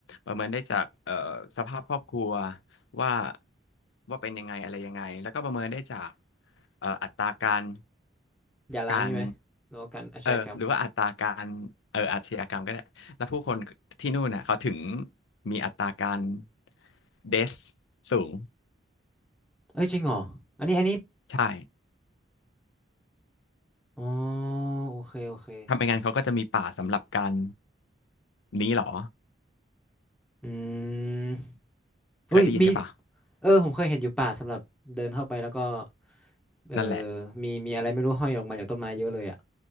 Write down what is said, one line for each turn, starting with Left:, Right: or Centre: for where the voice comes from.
Left: ประเมินได้จากเอ่อสภาพครอบครัวว่าว่าเป็นยังไงอะไรยังไงแล้วก็ประเมินได้จากเอ่ออัตราการ
Centre: อย่าล้างใช่ไหมแล้วกันอาชญากรรม
Left: การเออหรือว่าอัตราการเอออาชญากรรมก็ได้แล้วผู้คนที่นู่นน่ะเขาถึงมีอัตราการเดสสูง
Centre: เอ้ยจริงเหรออันนี้อันนี้
Left: ใช่
Centre: อ๋อโอเคโอเค
Left: ทำไมงั้นเขาก็จะมีป่าสำหรับการนี้เหรอ
Centre: อืมอุ้ยมี
Left: เคยได้ยินใช่ปะ
Centre: เออผมเคยเห็นอยู่ป่าสำหรับเดินเข้าไปแล้วก็เออ
Left: นั่นแหละ
Centre: มีมีอะไรไม่รู้ห้อยออกมาจากต้นไม้เยอะเลยอะ